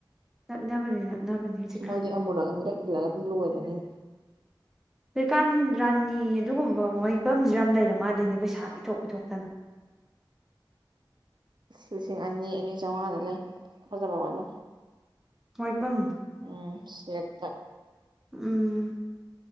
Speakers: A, in the centre; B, on the right.
A: ꯅꯛꯅꯕꯅꯦ ꯅꯛꯅꯕꯅꯦ ꯍꯧꯖꯤꯛꯀꯥꯟ
B: ꯃꯣꯏꯗꯤ ꯑꯃꯨꯔꯛ ꯑꯅꯤꯔꯛ ꯏꯜꯂꯒ ꯑꯗꯨꯝ ꯂꯣꯏꯕꯅꯤꯅ
A: ꯍꯀꯥꯟ ꯔꯥꯟꯅꯤ ꯑꯗꯨꯒꯨꯝꯕ ꯋꯥꯏꯐꯝꯁꯨ ꯌꯥꯝ ꯂꯩꯔ ꯃꯥꯗꯩꯅꯦ ꯄꯩꯁꯥ ꯄꯤꯊꯣꯛ ꯄꯤꯊꯣꯛꯇꯅ
B: ꯑ ꯂꯤꯁꯤꯡ ꯑꯅꯤ ꯑꯅꯤ ꯆꯥꯝꯃꯉꯥꯗ ꯂꯩ ꯐꯖꯕ ꯑꯣꯏꯕ
A: ꯑꯣꯏꯏꯕꯝ
B: ꯎꯝ ꯁꯦꯠꯇ
A: ꯎꯝ